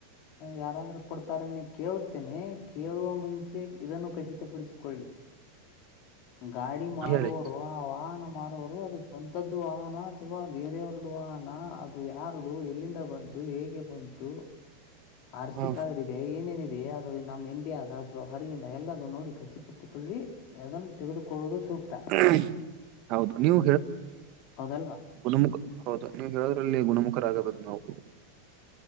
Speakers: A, on the left; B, on the right.
A: ಯಾರಾದ್ರೂ ಕೊಡ್ತಾರೆ ನೀ ಕೇೇಳತೇನೆಿ ಕೇಳುವ ಮುಂೆ ಮುಂಚೆ ಇದನ್ನು ಖಚಿತಪಡಿಸಿಕೊಳ್ಳಿ
B: <inaudible>
A: ಗಾಡಿ ಮಾರುವರು
B: ಹೇಳಿ
A: ಆ ವಾಹನ ಮಾರುವರು ಅದು ಸ್ವಂತದ್ದು ವಾಹನ ಅಥವಾ ಬೇರೆಯವ್ರ್ದ ವಹನ ಅದು ಯಾರದುು ಎಲ್ಲಿಂದ ಬಂತು ಹೇಗೆ ಬಂತು ಆರ್‌ಸಿ
B: ಹ
A: ಕಾರ್ಡ್ ಇದೆ ಏನೇನಿದೆ ಯ ನಮ್ಮ್ ಇಂಡಿಯಾ ಅ ಅಥವಾ ಹೊರಿಯಿಂದ ಎಲ್ಲ ನೋಡಿ ಕಚ್ಚಿಪಟ್ಟಕೊಳ್ಳಿ ಅದನ್ನು ತೆಗೆದುಕೊಳ್ಳುವುದು ಸೂಕ್ತ
B: ಹ್ಮ್ ಹೌದು ನೀವು
A: ಹೌದಲ್ವಾ
B: ಗುಣಮುಖ ಹೌದು ನೀವು ಹೇಳೋದ್ರಲ್ಲಿ ಗುಣಮುಖ ಗುಣಮುಕ್ಕ ಆಗ್ಬೇಕು ನಾವು